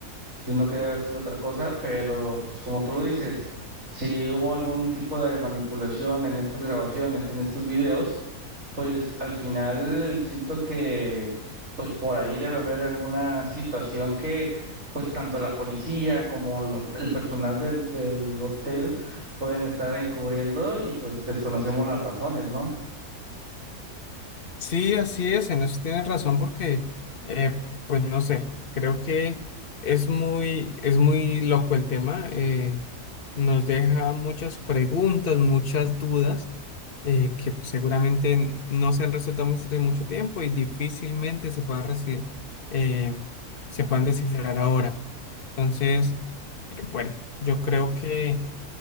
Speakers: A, on the right; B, on the left.
A: sino que debe haber sido otra cosa, pero pues como tú lo dices, si hubo algún tipo de manipulación en estas grabaciones, en estos videos, pues al final siento que pues por ahí debe haber alguna situación que pues tanto la policía como lo- el personal del, del hotel pueden estar encubriendo y pues desconocemos las razones, ¿no?
B: Sí, así es, en eso tienes razón porque, eh, pues no sé, creo que es muy, es muy loco el tema, eh, nos deja muchas preguntas, muchas dudas eh, que pues, seguramente no se han resuelto mu- hace mucho tiempo y difícilmente se puedan, reci- eh, se puedan descifrar ahora. Entonces, eh, bueno, yo creo que